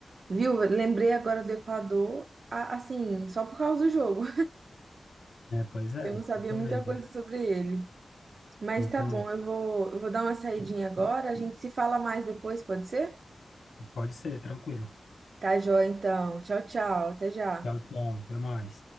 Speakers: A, on the right (about 60°); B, on the left (about 80°).
A: Viu? Lembrei agora do Equador, a- assim, só por causa do jogo.
B: É, pois é,
A: Eu não sabia
B: eu tô
A: muita
B: vendo.
A: coisa
B: né?
A: sobre ele. Mas
B: Então,
A: tá bom, eu vou, eu vou dar uma saidinha agora. A gente se fala mais depois, pode ser?
B: pode ser, tranquilo.
A: Tá joia, então. Tchau, tchau. Até já.
B: Tchau, tchau, até mais.